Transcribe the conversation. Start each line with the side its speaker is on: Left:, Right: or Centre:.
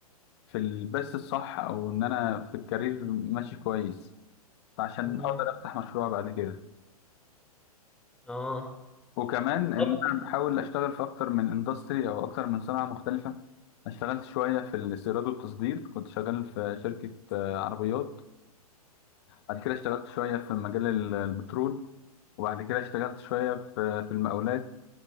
Left: في البث الصح او ان انا في الكارير ماشي كويس عشان
Centre: مم.
Left: اقدر افتح مشروع بعد كده
Centre: اه
Left: وكمان ان
Centre: طب
Left: انا بحاول اشتغل في اكتر من اندستري او اكتر من صناعه مختلفه أنا اشتغلت شويه في الاستيراد والتصدير كنت شغال في شركه آه، عربيات بعد كده اشتغلت شويه في مجال ال- البترول وبعد كده اشتغلت شويه في في المقاولات